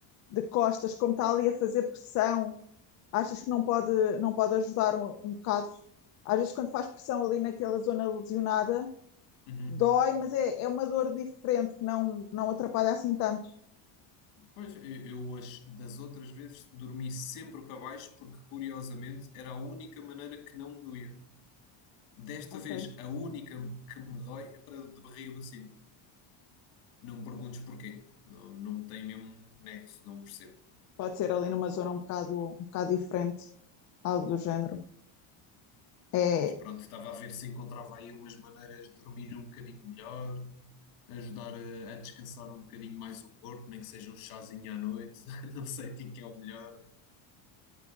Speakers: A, on the left; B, on the left.
A: de costas, como está ali a fazer pressão, achas que não pode, não pode ajudar um, um bocado? Às vezes, quando faz pressão ali naquela zona lesionada,
B: Uhum.
A: dói, mas é, é uma dor diferente que não, não atrapalha assim tanto.
B: Pois, eu, eu as- das outras vezes dormi sempre para baixo porque, curiosamente, era a única maneira que não me doía. Desta
A: Ok.
B: vez, a única que me dói é para de barriga para cima. Não me perguntes porquê. Não, não tem mesmo nexo, não percebo.
A: Pode ser ali numa zona um bocado, um bocado diferente, algo do género. É,
B: Mas pronto, estava a ver se encontrava aí umas maneiras de dormir um bocadinho melhor, ajudar a, a descansar um bocadinho mais o corpo, nem que seja um chazinho à noite, <laughs> não sei quem que é o melhor.